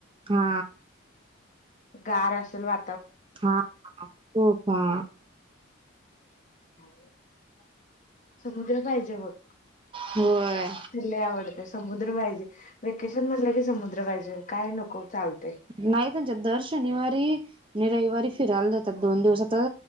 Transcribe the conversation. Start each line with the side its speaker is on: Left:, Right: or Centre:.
Right: हा,
Left: गार असेल वा
Right: हा खूप हा
Left: <unintelligible> समुद्र पाहिजे बग
Right: होय
Left: तीला, आवडत समुद्र पाहिजे. वेकेशन म्हणलं की समुद्र पाहिजे, काय नको चालत.
Right: नाही त्यांच्या दर शनिवारी, आणि रविवारी फिरायला जातात, दोन दिवस आता